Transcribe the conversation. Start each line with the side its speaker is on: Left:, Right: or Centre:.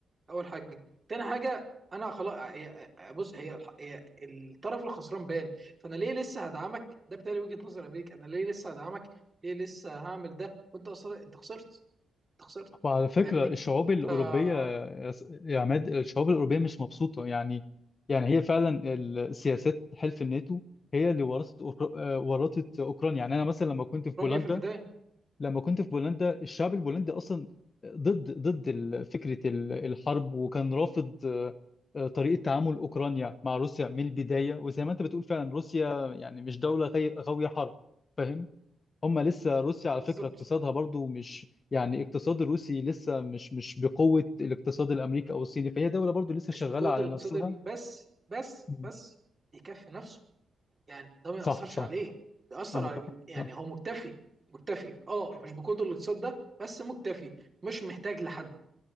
Right: اول حاجه تاني حاجه انا خلاص هي- بص هي الح- هي الطرف الخسران بان فانا ليه لسه هدعمك ده بالتالي وجهه نظر امريكا انا ليه لسه هدعمك ليه لسه هعمل ده وانت اصلا انت خسرت انت خسرت
Left: وعلى فكرة
Right: فاهمني
Left: الشعوب الأوروبية
Right: فأوكرانيا
Left: يا عماد الشعوب الأوروبية مش مبسوطة يعني يعني هي فعلا السياسات حلف الناتو هي اللي ورثت أوكر- آه، ورثت أوكرانيا يعني أنا مثلا لما كنت في بولندا
Right: في البداية
Left: لما كنت في بولندا الشعب البولندي أصلا ضد ضد ال- فكرة ال- الحرب وكان رافض آه، آه، طريقة تعامل أوكرانيا مع روسيا من البداية وزي ما أنت بتقول فعلا روسيا يعني مش دولة غي- غاوية حرب فاهم هم لسه روسيا على فكرة
Right: بالظبط
Left: اقتصادها برضو مش يعني اقتصاد الروسي لسه مش مش بقوة الاقتصاد الامريكي او الصيني فهي دولة برضو لسه
Right: مش
Left: شغالة
Right: بقوة
Left: على
Right: الاقتصاد
Left: نفسها
Right: ال- بس بس
Left: مم.
Right: بس يكفي نفسه يعني ده ما
Left: صح
Right: يأثرش
Left: صح
Right: عليه ده أثر
Left: انا متفق
Right: على يعني
Left: صح.
Right: هو مكتفي مكتفي اه مش بقوة الاقتصاد ده بس مكتفي مش محتاج لحد